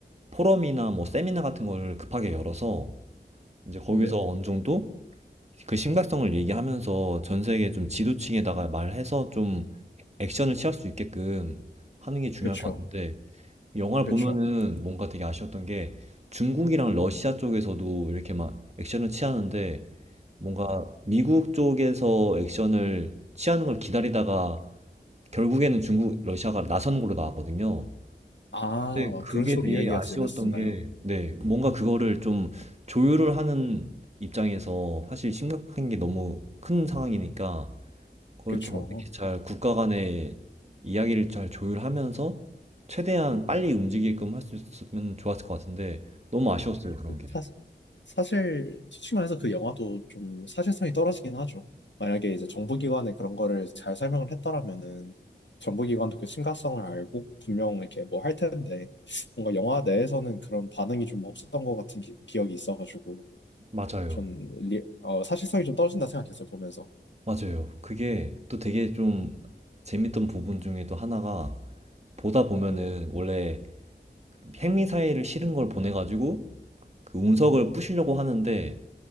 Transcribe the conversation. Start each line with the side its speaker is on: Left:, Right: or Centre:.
Right: 포럼이나 뭐 세미나 같은 걸 급하게 열어서 이제 거기서
Left: 네.
Right: 어느 정도 그 심각성을 얘기하면서 전 세계 좀 지도층에다가 말해서 좀 액션을 취할 수 있게끔 하는 게 중요할
Left: 그쵸,
Right: 것 같은데 영화를
Left: 그쵸.
Right: 보면은 뭔가 되게 아쉬웠던 게 중국이랑 러시아 쪽에서도 이렇게 막 액션을 취하는데 뭔가 미국 쪽에서 액션을 취하는 걸 기다리다가 결국에는 중국, 러시아가 나선 걸로 나왔거든요.
Left: 아,
Right: 근데
Left: 그런
Right: 그게
Left: 식으로
Right: 되게
Left: 이야기가
Right: 아쉬웠던
Left: 진행됐었나요?
Right: 게, 네, 뭔가 그거를 좀 조율을 하는 입장에서 사실 심각한 게 너무 큰 상황이니까 그걸
Left: 그쵸.
Right: 좀 어떻게 잘 국가 간의 이야기를 잘 조율하면서 최대한 빨리 움직이게끔 할 수 있으면 좋았을 것 같은데 너무 아쉬웠어요, 그런
Left: 그
Right: 게.
Left: 사- 사실 솔직히 말해서 그 영화도 좀 사실성이 떨어지긴 하죠. 만약에 이제 정부기관에 그런 거를 잘 설명을 했더라면은 정부기관도 그 심각성을 알고 분명 이렇게 뭐 할 텐데 뭔가 영화 내에서는 그런 반응이 좀 없었던 것 같은 기, 억이 있어가지고
Right: 맞아요.
Left: 전 리, 어, 사실성이 좀 떨어진다 생각했어요 보면서.
Right: 맞아요. 그게 또 되게 좀 재밌던 부분 중에도 하나가 보다 보면은
Left: 네,
Right: 원래 핵미사일을 실은 걸 보내가지고 그 운석을 부시려고 하는데